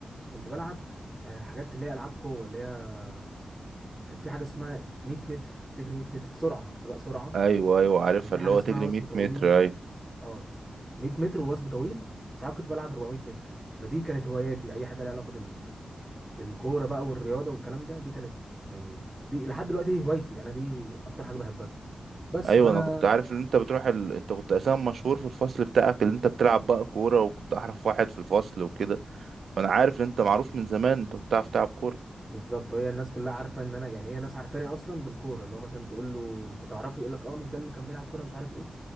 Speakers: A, in the centre; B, on the right (about 80°).
A: كنت بلعب آه، حاجات اللي هي العاب قوة اللي هي كان في حاجة اسمها 100 متر بتجري 100 متر سرعة سباق سرعة
B: ايوه ايوه عارفها
A: كان في
B: اللي
A: حاجة
B: هو
A: اسمها
B: تجري
A: وثب
B: 100
A: طويل
B: متر ايوه
A: اه 100 متر ووثب طويل ساعات كنت بلعب 400 متر فدي كانت هواياتي اي حاجه ليها علاقه بال... بالكوره بقى والرياضه والكلام ده دي كانت يعني دي لحد دلوقتي هوايتي انا دي اكتر حاجه بحبها بس
B: ايوه
A: فانا
B: انا كنت عارف ان انت بتروح ال... انت كنت اساسا مشهور في الفصل بتاعك اللي انت بتلعب بقى كورة وكنت احرف واحد في الفصل وكده فانا عارف ان انت معروف من زمان انت كنت بتعرف تلعب كورة
A: بالظبط هي الناس كلها عارفه ان انا يعني هي ناس عارفاني اصلا بالكوره اللي هو مثلا تقول له انت تعرفه يقول لك اه مش ده اللي كان بيلعب كوره مش عارف ايه